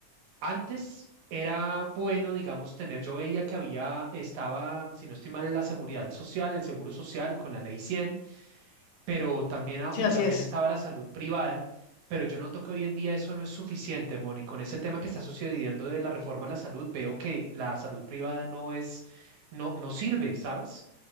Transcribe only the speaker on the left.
Sí,
así
es.